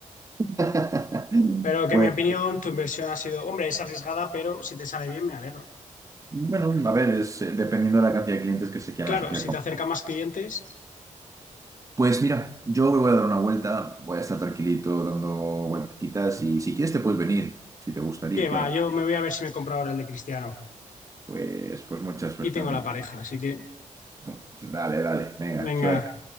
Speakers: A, on the right; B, on the left.
A: <laughs>
B: Pero que
A: Pues,
B: en mi opinión, tu inversión ha sido, hombre, es arriesgada, pero si te sale bien, me alegro.
A: bueno, a ver, es, eh, dependiendo de la cantidad de clientes que se quieran
B: Claro,
A: asociar
B: si
A: con.
B: te acerca más clientes,
A: Pues mira, yo me voy a dar una vuelta, voy a estar tranquilito dando vueltecitas y si quieres te puedes venir, si te gustaría,
B: que va,
A: claro.
B: yo me voy a ver si me compro ahora el de Cristiano.
A: Pues, pues mucha suerte,
B: Y tengo
A: anda.
B: la pareja, así que
A: <laughs> Dale, dale, venga,
B: venga.
A: suerte.